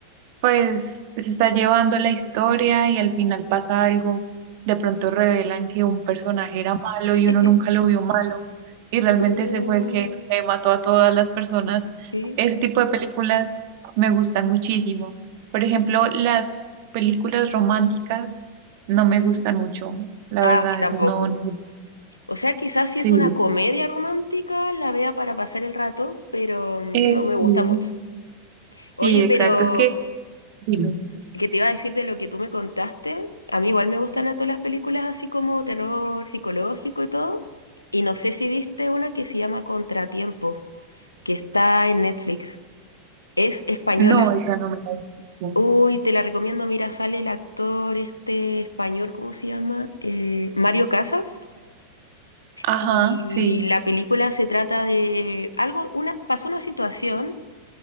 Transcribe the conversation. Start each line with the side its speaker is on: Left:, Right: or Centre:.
Right: pues pues, se está llevando la historia y al final pasa algo. De pronto revelan que un personaje era malo
Left: <laughs>
Right: y uno nunca lo vio malo y realmente
Left: Uh,
Right: ese fue el que, no sé, mató a todas las personas.
Left: sí.
Right: Ese tipo de películas me gustan muchísimo. Por ejemplo, las películas románticas no me
Left: ujú.
Right: gustan mucho, la
Left: Ah,
Right: verdad,
Left: a mí tampoco.
Right: esas no, no-
Left: O sea, quizás si
Right: Sí,
Left: es una comedia romántica, la vea para pasar el rato, pero no
Right: eh,
Left: me gusta
Right: sí,
Left: mucho.
Right: sí,
Left: Oye,
Right: exacto.
Left: pero
Right: Es que, dime,
Left: que te iba a decir de lo que tú me contaste, a mí igual me gustan a todas las películas así como terror psicológico y todo, y no sé si viste una que se llama Contratiempo, que está en Netflix, es española.
Right: no, esa no me la he visto.
Left: Uy, te la recomiendo, mira, sale el actor este español, ¿cómo se llama? Eh, Mario Casas,
Right: Ajá,
Left: y
Right: sí.
Left: la película se trata de algo, una, pasó una situación.